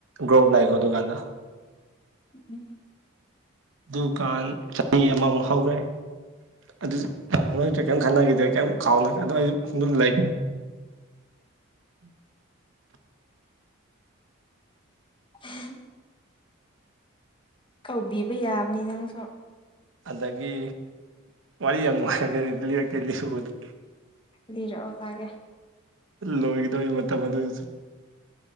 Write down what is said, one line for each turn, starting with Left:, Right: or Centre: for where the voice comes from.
Right: ꯒ꯭ꯔꯣꯑꯞ ꯂꯥꯛꯏꯀꯣ ꯑꯗꯨꯀꯥꯟꯗ
Left: ꯎꯝ
Right: ꯗꯨꯀꯥꯟ ꯆꯍꯤ ꯑꯃꯃꯨꯛ ꯍꯧꯈ꯭ꯔꯦ ꯑꯗꯨꯁꯨ ꯄꯥꯎ ꯐꯥꯎꯅꯈꯤꯗ꯭ꯔꯦ ꯀꯔꯤꯝ ꯈꯟꯅꯈꯤꯗ꯭ꯔꯦ ꯀꯔꯤꯝ ꯀꯥꯎꯅ ꯑꯗꯣ ꯑꯗꯨꯝ ꯂꯩ
Left: <unintelligible> ꯀꯧꯕꯤꯕ ꯌꯥꯕꯅꯤ ꯅꯪꯁꯨ
Right: ꯑꯗꯒꯤ ꯋꯥꯔꯤ ꯌꯥꯝ ꯅꯨꯡꯉꯥꯏꯕꯅꯦ ꯂꯤꯔꯛꯀꯦ ꯂꯤꯕꯨꯗꯤ
Left: ꯂꯤꯔꯛ ꯑꯣ ꯇꯥꯒꯦ
Right: ꯂꯣꯏꯒꯗꯧꯔꯦ ꯃꯇꯝ ꯑꯗꯨ ꯑꯣꯏꯖꯨ